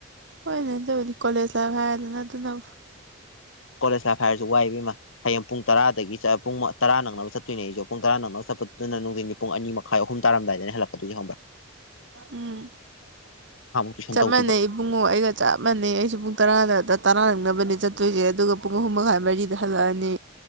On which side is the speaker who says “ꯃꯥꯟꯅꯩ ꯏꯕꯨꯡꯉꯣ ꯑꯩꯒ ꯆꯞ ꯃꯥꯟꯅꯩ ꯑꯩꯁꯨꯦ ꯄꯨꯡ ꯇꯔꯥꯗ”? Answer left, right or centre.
Right